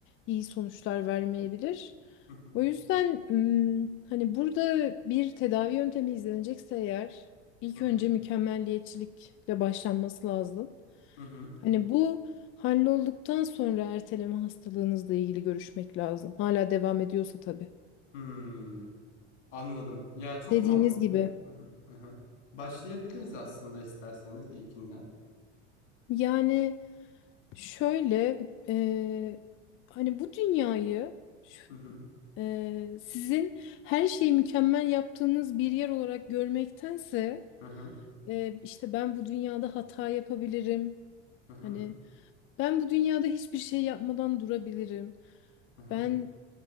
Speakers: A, on the left; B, on the left.
A: iyi sonuçlar vermeyebilir.
B: Hı hı,
A: O yüzden ım, hani burada bir tedavi yöntemi izlenecekse eğer ilk
B: hı hı,
A: önce mükemmelliyetçilikle başlanması lazım.
B: hı hı.
A: Hani bu hallolduktan sonra erteleme hastalığınızla ilgili görüşmek lazım. Hala devam ediyorsa tabii.
B: Hmm, anladım. Ya çok
A: Dediğiniz
B: mantıklı.
A: gibi
B: Hı hı, hı hı. Başlayabiliriz aslında isterseniz ilkinden.
A: Yani şöyle e, hani bu dünyayı şu-
B: Hı hı,
A: e, sizin her şeyi mükemmel yaptığınız bir yer olarak görmektense
B: hı hı,
A: e, işte ben bu dünyada hata yapabilirim.
B: hı hı,
A: Hani ben bu dünyada hiçbir şey yapmadan durabilirim.
B: hı hı,
A: Ben